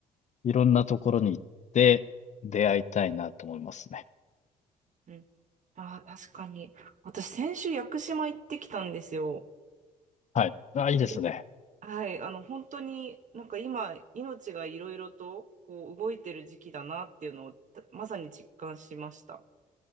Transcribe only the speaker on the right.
うん。ああ、確かに。私、先週屋久島行ってきたんですよ。
ではい、あの、本当になんか今、命がいろいろとこう動いてる時期だなっていうのをたまさに実感しました。